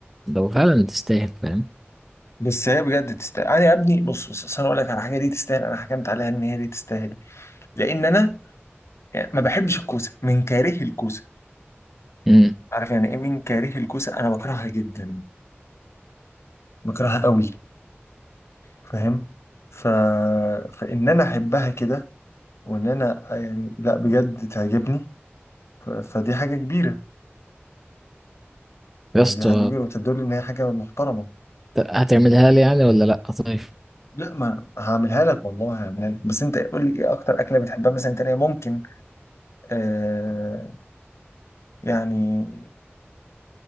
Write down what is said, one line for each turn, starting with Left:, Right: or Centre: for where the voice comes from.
Centre: لو فعلا تستاهل فاهم
Left: بس هي بجد تستاهل انا يا ابني بص بص أصل انا اقول لك على حاجه دي تستاهل انا حكمت عليها ان هي دي تستاهل لان انا ما بحبش الكوسه من كاره الكوسه
Centre: امم
Left: عارف يعني ايه من كاره الكوسه انا بكرهها جدا بكرهها قوي فاهم ف... فان انا احبها كده وان انا يعني لا بجد تعجبني ف... فدي حاجه كبيره يعني
Centre: يا اسطى
Left: دي حاجه كبيره وتدل ان هي حاجه محترمه
Centre: هتعملها لي يعني ولا لأ طيب
Left: لا ما هعملها لك والله هعملها لك بس انت قول لي ايه اكتر اكله بتحبها مثلا تانية ممكن آه يعني